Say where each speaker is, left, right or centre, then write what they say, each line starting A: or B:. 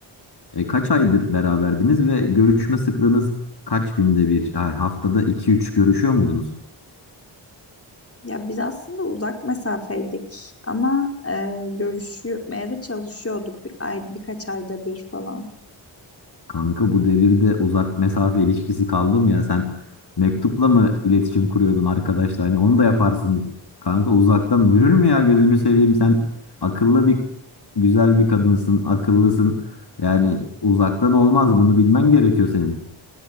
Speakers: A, on the left; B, on the left.
A: E, kaç aydır beraberdiniz ve görüşme sıklığınız kaç günde bir Ha, haftada iki üç görüşüyor muydunuz?
B: Ya biz aslında uzak mesafeydik ama e, görüşmeye de çalışıyorduk bir ay, birkaç ayda bir falan.
A: Kanka bu devirde uzak mesafe ilişkisi kaldı mı ya? Sen mektupla mı iletişim kuruyordun arkadaşla? Hani onu da yaparsın. Kanka uzaktan yürür mü ya gözünü seveyim? Sen akıllı bir güzel bir kadınsın, akıllısın. Yani uzaktan olmaz bunu bilmen gerekiyor senin.